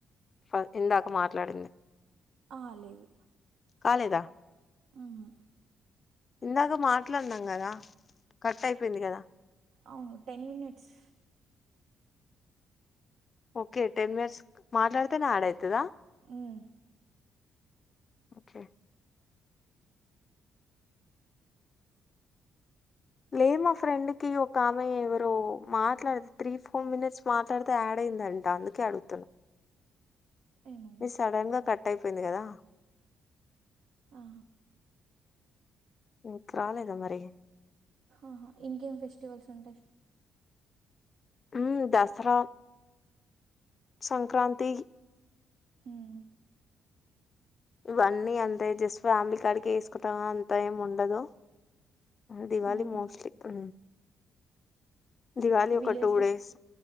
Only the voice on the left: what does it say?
ఫ ఇందాక మాట్లాడింది
కాలేదా
ఇందాక మాట్లాడినాం కదా కట్ అయిపోయింది కదా
okay ten minutes మాట్లాడతేనే యాడైతదా
ఓకే లేదు మా ఫ్రెండ్కి ఒక ఆమె ఎవరో మాట్లాడితే త్రీ ఫోర్ మినిట్స్ మాట్లాడితే యాడ్ అయిందంట అందుకే అడుగుతున్నా
మీది
సడన్ గా కట్ కట్ అయిపోయింది కదా
మీకు రాలేదా మరి
ఊ దసరా, సంక్రాంతి.
ఇవన్నీ అంతే జస్ట్ ఫ్యామిలీ కాడికి వేసుకుంటాం అంత ఏమి ఉండదు. దివాళి
మోస్ట్లీ ఊ దివాళి
ఒక టూ డేస్